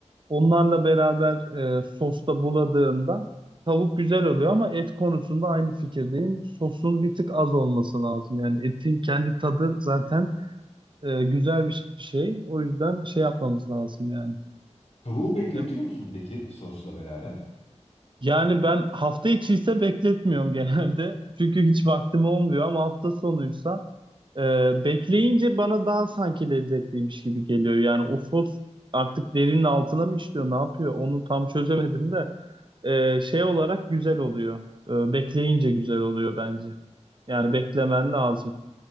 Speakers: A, on the right; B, on the left.
A: Onlarla beraber e, sosta buladığında tavuk güzel oluyor ama et konusunda aynı fikirdeyim. Sosun bir tık az olması lazım. Yani etin kendi tadı zaten e, güzel bir şey. O yüzden şey yapmamız lazım yani.
B: Tavuğu bekletiyor
A: E,
B: musun peki sosla beraber?
A: Yani ben hafta içi ise bekletmiyorum <laughs> genelde. Çünkü hiç vaktim olmuyor ama hafta sonuysa e, bekleyince bana daha sanki lezzetliymiş gibi geliyor. Yani o sos artık derinin altına mı işliyor, ne yapıyor? Onu tam çözemedim de e, şey olarak güzel oluyor. E, bekleyince güzel oluyor bence. Yani beklemen lazım.